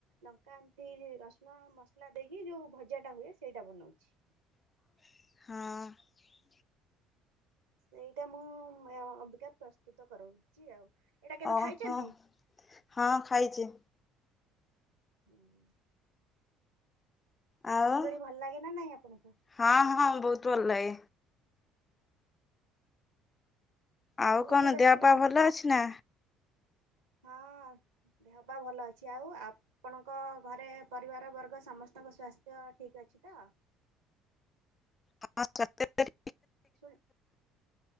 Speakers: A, on the right; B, on the left.
A: ଲଙ୍କା ଏମିତି ରସୁଣ ମସଲା ଦେଇକି ଯୋଉ ଭଜା ଟା ହୁଏ ସେଇଟା ବନାଉଛି।
B: ହଁ।
A: ସେଇଟା ମୁଁ ଅବିକା ପ୍ରସ୍ତୁତ କରଉଚି ଆଉ। ଏଇଟା କେବେ
B: ଓ
A: ଖାଇଛନ୍ତି?
B: ହୋ ହଁ ଖାଇଚି।
A: ହୁଁ
B: ଆଉ
A: ଭଲ ଲାଗେ ନା ନାଇଁ ଆପଣଙ୍କୁ?
B: ହଁ ହଁ ବହୁତ୍ ଭଲ ଲାଗେ। ଆଉ କଣ
A: କେବେ
B: ଦେହପା
A: ସ୍ନାନ
B: ଭଲ ଅଛି ନା?
A: ହଁ ଦେହ ପା ଭଲ ଅଛି ଆଉ ଆପଣଙ୍କ ଘରେ? ପରିବାର ବର୍ଗ ସମସ୍ତଙ୍କ ସ୍ୱାସ୍ଥ୍ୟ ଠିକ୍ ଅଛି ତ?
B: <unintelligible>
A: ଶୁଣେ।